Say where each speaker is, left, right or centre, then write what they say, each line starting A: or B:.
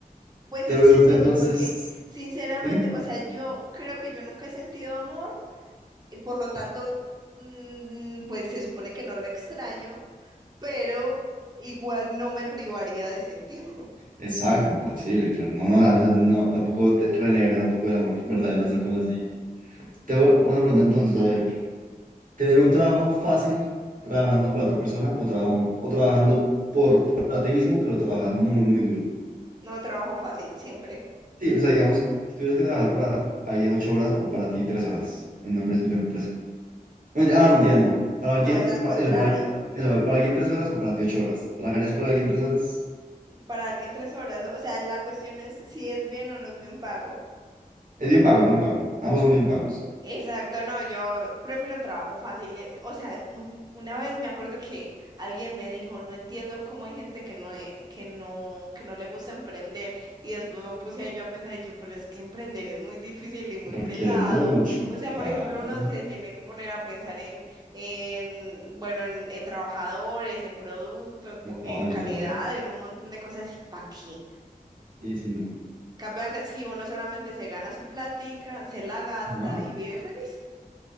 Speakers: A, on the right; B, on the right.
A: Pues
B: Te
A: es
B: pregunto
A: chistoso
B: entonces,
A: porque, sinceramente,
B: dime.
A: o sea, yo creo que yo nunca he sentido amor. y Por lo tanto, mm, pues se supone que no lo extraño, pero igual no me privaría de sentirlo.
B: Exacto, imposible, claro. No, no, o sea, no, tampoco te- renegaré tampoco del amor verdadero, así como así. Tengo una pregunta entonces, a ver, ¿tener un trabajo fácil trabajando para otra persona o, trabajo, o trabajando por, para ti mismo, pero trabajar muy, muy duro?
A: No trabajo fácil siempre.
B: Sí, o sea, digamos, si tuvieras que trabajar para alguien ocho horas o para ti tres horas en una empresa, en tu empresa. No, mentira, ah, mentira, no. Para alguien,
A: No es al
B: para
A: contrario.
B: eso, para, eso, para alguien tres horas o para ti ocho horas. ¿Trabajarías para alguien tres horas?
A: Para alguien tres horas, o sea, la cuestión es si es bien o no es bien pago.
B: Es bien pago, es bien pago. Ambos son bien pagos.
A: Exacto, no, yo prefiero el trabajo fácil. eh, O sea, un- una vez me acuerdo que alguien me dijo, no entiendo cómo hay gente que no, e- que no, que no le gusta emprender. Y después me puse yo a pensar, y yo, pero es que emprender es muy difícil y muy pesado.
B: Requiere mucho,
A: O sea,
B: claro.
A: por ejemplo, uno se tiene que poner a pensar en, en bueno, en, en trabajadores, en producto, en, cu-
B: En todo,
A: en
B: en
A: calidad,
B: todo.
A: en un montón de cosas. ¿Y para qué?
B: Sí, sí, no.
A: Cambia que si uno solamente se gana su plática, se la gasta
B: Ajá.
A: y vive feliz.